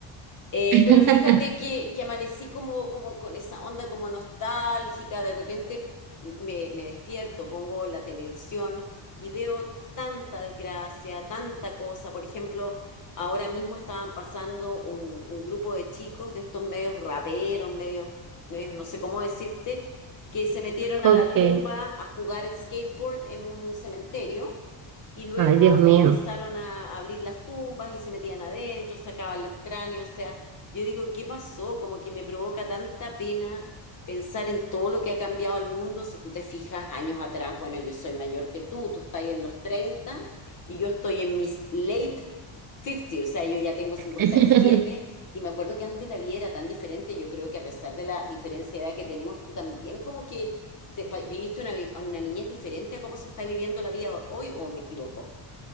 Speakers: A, on the left; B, on the right.
A: Eh,
B: <laughs>
A: pero fíjate que, que amanecí como, como con esa onda como nostálgica, de repente me, me despierto, pongo la televisión y veo tanta desgracia, tanta cosa. Por ejemplo, ahora mismo estaban pasando un, un grupo de chicos de estos medios raperos, medios, medios no sé cómo decirte, que se metieron
B: Ok.
A: a la tumba a jugar skateboard en un cementerio. Y luego
B: Ay, Dios mío.
A: empezaron a abrir las tumbas y se metían adentro, sacaban los cráneos, o sea, yo digo, ¿qué pasó? Como que me provoca tanta pena pensar en todo lo que ha cambiado el mundo. Si tú te fijas años atrás, bueno, yo soy mayor que tú, tú estás en los 30 y yo estoy en mis late 50, o sea, yo ya tengo 57
B: <laughs>
A: y siete y me acuerdo que antes la vida era tan diferente. Yo creo que a pesar de la diferencia de edad que tenemos, tú también como que te, pa- viviste una, vi- una niñez diferente a cómo se está viviendo la vida hoy, ¿o me equivoco?